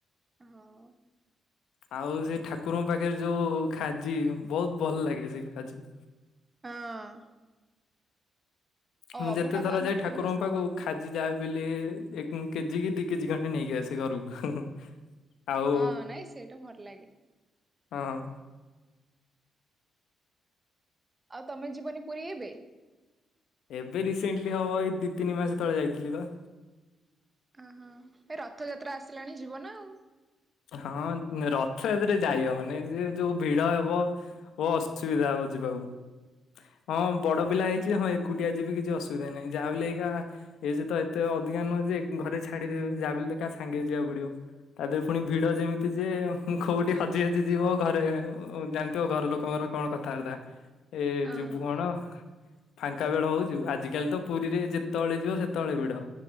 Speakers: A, on the right; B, on the left.
A: ହଁ।
B: ଆଉ ସେ ଠାକୁରଙ୍କ ପାଖରେ ଯୋଉ ଖାଜି ବହୁତ ଭଲ ଲାଗେ ସେ ଖାଜି।
A: ହଁ। ଆଉ
B: ମୁଁ
A: ଅଭଢା
B: ଯେତେ ଥର
A: ତ ଆମର
B: ଯାଏ ଠାକୁରଙ୍କ
A: ଫେମସ
B: ପାଖକୁ।
A: ଆଉ।
B: ଖାଜି ଯା ବିହେଲେ ଏକ କେଜି କି ଦି କେଜି ଖଣ୍ଡେ ନେଇକି ଆସ ଘରକୁ। ଆଉ
A: ହଁ ନାଇଁ ସେଇଟା ଭଲ ଲାଗେ
B: ହଁ।
A: ଆଉ ତମେ ଯିବନି ପୁରୀ ଏବେ।
B: ଏବେ ରିସେଣ୍ଟଲି ହବ ଏଇ ଦୁଇ ତିନି ମାସ ତଳେ ଯାଇଥିଲି ତ।
A: ଓହୋ ଏ ରଥଯାତ୍ରା ଆସିଲାଣି ଯିବ ନା ଆଉ।
B: ହଁ ରଥଯାତ୍ରାରେ ଯାଇ ହବନି ସେ ଯୋଉ ଭିଡ ହବ। ଅସୁବିଧା ହବ ଯିବାକୁ। ହଁ ବଡ ପିଲା ହେଇଛି ହଁ ଏକୁଟିଆ ଯିବି କିଛି ଅସୁବିଧା ନାହିଁ ଯାହା ବି ହେଲେ ଏଇକା। ଏଜ୍ ତ ଏତେ ଅଧିକା ନୁହେଁ ଯେ ଘରେ ଛାଡିଦେବେ ଯାହା ବି ହେଲେ ତ କାହା ସାଙ୍ଗେ ଯିବାକୁ ପଡିବ ତା ଦେହରେ। ପୁଣି ଭିଡ଼ ଯେମିତି ଯେ କୋଉଠି ହଜି ହାଜି ଯିବ ଘରେ ଜାଣିଥିବ ଘର ଲୋକଙ୍କର କଣ କଥାବାର୍ତ୍ତା। ଏ
A: ହଁ
B: ଯିବୁ କଣ। ଫାଙ୍କା ବେଳ ହଉ ଯିବ ଆଜିକାଲି ତ ପୁରୀରେ ଯେତେବେଳେ ଯିବ ସେତେବେଳେ ଭିଡ଼।